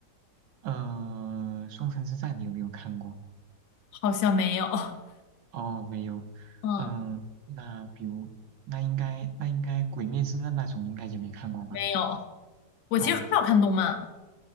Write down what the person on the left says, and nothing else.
好像没有。<laughs>
嗯，
没有。我其实很少看动漫。